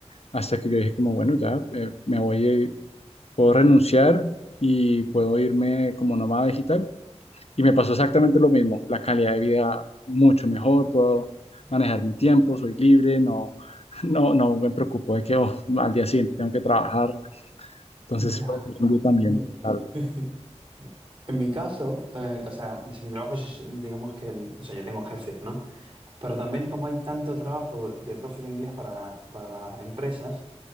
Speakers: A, on the left (about 60°); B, on the right (about 45°).
A: hasta que yo dije como, bueno, ya eh, me voy, eh, puedo renunciar y puedo irme como nómada digital y me pasó exactamente lo mismo, la calidad de vida mucho mejor, puedo manejar mi tiempo, soy libre, no, no, no me preocupo de que oh, al día siguiente tengo que trabajar. Entonces
B: ya.
A: fue un cambio también.
B: Ya.
A: total.
B: <laughs> En mi caso, eh, o sea, si mi trabajo es, digamos que, o sea, yo tengo jefes, ¿no? Pero también como hay tanto trabajo de profe de inglés para, para empresas,